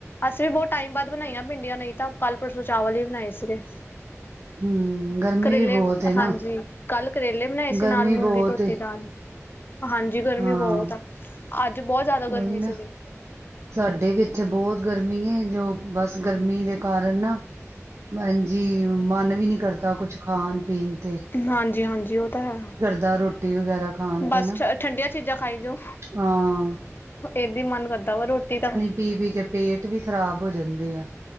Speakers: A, on the left; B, on the right.
A: ਅਸੀ ਵੀ ਬੋਤ ਟਾਈਮ ਬਾਦ ਬਨਾਈਆਂ ਭਿੰਡੀਆਂ ਨਈ ਤਾਂ ਕੱਲ ਪਰਸੋਂ ਚਾਵਲ ਹੀ ਬਨਾਏ ਸੀਗੇ।
B: ਹਮ ਗਰਮੀ
A: ਕਰੇਲੇ,
B: ਵੀ ਬਹੁਤ ਹੈ
A: ਹਾਂਜੀ।
B: ਨਾ
A: ਕੱਲ ਕਰੇਲੇ ਬਨਾਏ ਸੀ
B: ਗਰਮੀ
A: ਨਾਲ ਮੂੰਗੀ
B: ਬਹੁਤ
A: ਧੋਤੀ
B: ਏ।
A: ਦਾਲ, ਹਾਂਜੀ ਗਰਮੀ
B: ਹਾਂ
A: ਬੋਹਤ ਆ। ਅੱਜ ਬੋਤ ਜਾਦਾ ਗਰਮੀ
B: ਉਹੀ ਨਾ
A: ਸੀਗੀ।
B: ਸਾਡੇ ਵੀ ਇੱਥੇ ਬੋਤ ਗਰਮੀ ਏ ਜੋ, ਬਸ ਗਰਮੀ ਦੇ ਕਾਰਨ ਨਾ ਹਂਜੀ ਮੱਨ ਵੀ ਨੀ ਕਰਦਾ ਕੁਛ ਖਾਨ ਪੀਨ ਤੇ
A: ਹਾਂਜੀ- ਹਾਂਜੀ ਓ ਤਾਂ ਹੈ।
B: ਦਾ ਰੋਟੀ ਵਗੈਰਾ ਖਾਣ
A: ਬਸ
B: ਤੇ ਨਾ
A: ਠ, ਠੰਡੀਆਂ ਚੀਜਾਂ ਖਾਈ ਜਾਓ,
B: ਹਾਂ
A: ਏਬੀ ਮਨ ਕਰਦਾ ਵਾ ਰੋਟੀ ਤਾ
B: ਪੀ-ਪੀ ਕੇ ਪੇਟ ਵੀ ਖਰਾਬ ਹੋ ਜਂਦੇ ਆ।